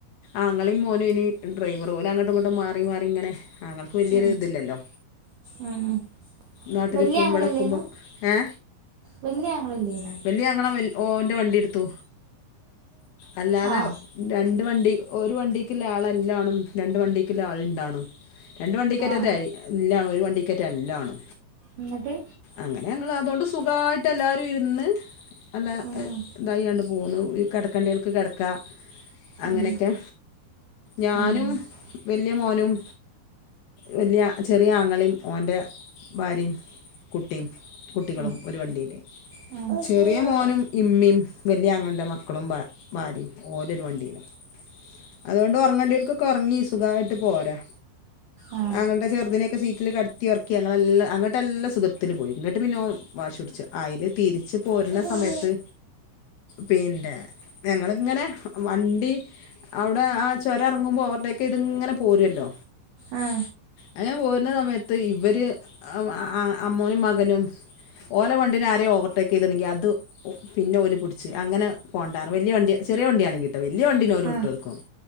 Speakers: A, on the left; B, on the right.
A: ആങ്ങളേം മോനു ഇനി ഡ്രൈവർ ഓല് അങ്ങട്ടും ഇങ്ങട്ടും മാ റി മാറിങ്ങനെ ആങ്ങൾക്ക് വലിയൊരു
B: ഉം,
A: തില്ലല്ലോ
B: ഉം, ഉം.
A: നാട്ടില്ക്കും
B: വലിയ ആങ്ങളല്ലേന്നു
A: ഇവടെക്കുമ്പോ ഏ
B: വലിയ ആങ്ങളല്ലേന്നു
A: വലിയ ആങ്ങള മിൽ ഓന്റെ വണ്ടിട് ത്തു അല്ലാതെ
B: ആ
A: രണ്ടു വണ്ടി ഒരു വണ്ടിക്ക്ല്ല ആളല്ലാണം രണ്ടു വണ്ടിക്ക്ൽ ണ്ടാണ് രണ്ടു വണ്ടിക്കറ്ററ്റായി
B: ആ ആ
A: ഇല്ല ഒരു വണ്ടിക്കറ്റല്ലാണ്
B: എന്നിട്ട്
A: അങ്ങനെ ഞങ്ങൾ അതോണ്ട് സ്‌ സുഖമായിട്ട് എല്ലാവരും ഇരുന്ന് നല്ല
B: ഉം
A: ഡ്രെ യാണ്ടു പോന്നു. ഈ കിടക്കണ്ടികൾക്ക് കിടക്ക അങ്ങനെയൊക്കെ
B: ഉം
A: ഞാനും
B: ഉം ഉം
A: വല്യ മോനും, വല്യ ചെറിയ ആങ്ങളയും, ഓന്റെ ഭാര്യയും. കുട്ടിം, കുട്ടികളും,
B: ഉം
A: ഒരു വണ്ടില്
B: ഉം ഉം
A: ചെറിയ മോനും, ഇമ്മീം, വലിയ അങ്ങളയുടെ മക്കളും, ഭാര്യയും ഓരൊരു വണ്ടിയിലും, അതുകൊണ്ട് ഉറങ്ങേണ്ടി ഇപ്പ കൊറഞ്ഞ് സ് സുഖമായിട്ട് പോരാ
B: ആ
A: ഞങ്ങളുടെ ചെറുതിനെയൊക്കെ സീറ്റിൽ കടത്തി ഉറക്കി ഞങ്ങളെല്ലാം അങ്ങോട്ടല്ലാ സുഖത്തില് പോയി ഇങ്ങോട്ട് പിന്നെ ഓൻ വാശി പിടിച്ചു അതിൽ തിരിച്ച് പോരുന്ന
B: ഉം
A: സമയത്ത് പിന്നെ ഞങ്ങളിങ്ങനെ വണ്ടി അവിടെ ആ ചൊരം ഇറങ്ങുമ്പോൾ ഓവർടേക്ക് പ്പ് ഇതിങ്ങനെ പോരുവല്ലോ
B: ആ
A: അങ്ങനെ പോരുന്ന സമയത്ത് ഇവര് വ് അ അമ്മനും മകനും ഓല വണ്ടീനെ ആരേം ഓവർടേക്ക് ചെയ്തില്ലങ്കിൽ അത് പിന്നെ ഒരു കൊച്ച് അങ്ങനെ പോണ്ടാര് വലിയ വണ്ടിയ ചെറിയ വണ്ടിയാണെങ്കിട്ടത് വലിയ വണ്ടീനെ ഓര്
B: ആ
A: വിട്ട് കൊടുക്കും